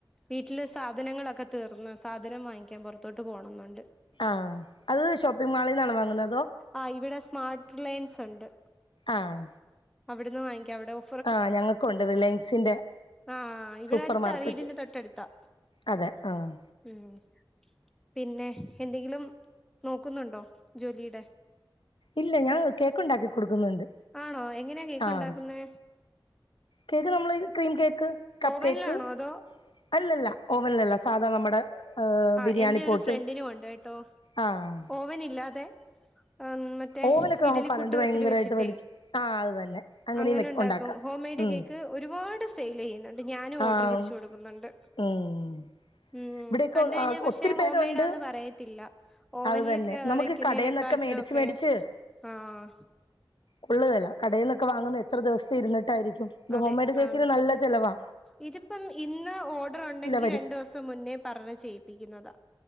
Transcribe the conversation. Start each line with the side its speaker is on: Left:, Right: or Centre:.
Centre: വീട്ടില് സാധനങ്ങളൊക്കെ തീർന്ന് സാധനം വാങ്ങിക്കാൻ പോറത്തോട്ട് പോണംന്നുണ്ട്.
Left: ആ അത് ഷോപ്പിംഗ് മാളിൽ നിന്നാണ് വാങ്ങുന്നത്.
Centre: ആ് ഇവിടെ സ്മാർട്ട് ലൈൻസ് ഉണ്ട്.
Left: ആഹ്
Centre: അവിടുന്ന് വാങ്ങിക്ക അവിടെ ഓ
Left: ആഹ ഞങ്ങക്കുണ്ട് റിലയൻസിന്റെ
Centre: ആഹ ഇവിടെ
Left: സൂപ്പർ
Centre: എടുത്താ
Left: മാർക്കറ്റ്
Centre: വീടിന്റെ തൊട്ട അടുത്താ.
Left: അതെ ആഹ്
Centre: ഉം പിന്നെ എന്തെങ്കിലും നോക്കുന്നുണ്ടോ ജോലിയുടെ.
Left: ഇല്ല ഞാൻ കേക്ക്ണ്ടാക്കി കൊടുക്കുന്നുണ്ട്.
Centre: ആണോ എങ്ങനാ കേൾക്ക്
Left: ആഹ്
Centre: ഉണ്ടാക്കുന്നെ?
Left: കേക്ക് നമ്മൾ ക്രീം കേക്ക്. കപ്പ്
Centre: ഓവനിലാണോ
Left: കേക്ക്
Centre: അതോ
Left: അല്ലല്ല ഓവനിലല്ല സാധാ നമ്മുടെ
Centre: ആ
Left: ബിരിയാണി
Centre: എന്റെ
Left: പോട്ട്
Centre: ഒരു ഫ്രണ്ടിനുമ ഉണ്ട് കേട്ടോ
Left: ആഹ്
Centre: ഓവൻ ഇല്ലാതെ മ മ
Left: ഓവനൊക്കെ
Centre: ഇഡലി
Left: നമുക്ക് കറണ്ട്
Centre: കൂട്ടുകത്തിൽ
Left: ഭയങ്കരമായിട്ട്
Centre: വെച്ചിട്ടേ
Left: വലിക്കും ആഹ് അത് തന്നെ അങ്ങനെയും
Centre: അങ്ങനെ
Left: വെ
Centre: ഉണ്ടാക്കും
Left: ഉണ്ടാക്കാം
Centre: ഹോ മെയഡ്
Left: ഉം
Centre: കേക്ക്. ഒരുപാട് സെൽ ചെയ്യുന്നുണ്ട്. ഞാനും ഓർഡർ
Left: ആഹ്
Centre: പിടിച്ചു കൊടുക്കുന്നുണ്ട്.
Left: ഉം
Centre: മം
Left: ഇവിടെയൊക്കെ
Centre: കണ്ട കഴിഞ്ഞാ പക്ഷെ
Left: ഒത്തിരി പേരുണ്ട്
Centre: ഹോം മെയഡാന്ന് പറയത്തില്ല ഓവനൽ
Left: അത് തന്നെ നമുക്ക്
Centre: വെക്കുന്നതിനെക്കാട്ടിലും
Left: കടയിൽന്നൊക്കെ മേടിച്ച്
Centre: ഒക്കെ
Left: മേടിച്ച്
Centre: ആഹ്
Left: ഉള്ളതല്ല കടയിൽന്നൊക്കെ വാങ്ങുന്ന എത്ര ദിവസം ഇരിട്ടായിരിക്കും. ഇത്
Centre: അതെ
Left: ഹോംമെയ്ഡ് കേൾക്കിന്
Centre: ആന്ന്
Left: നല്ല ചെിലവാ.
Centre: ഇതിപ്പം ഇന്ന് ഓർഡർ ഉണ്ടെങ്കി
Left: വരും
Centre: രണ്ടു ദിവസം മുന്നേ പറഞ്ഞ് ചെയ്യിപ്പിക്കുന്നതാ.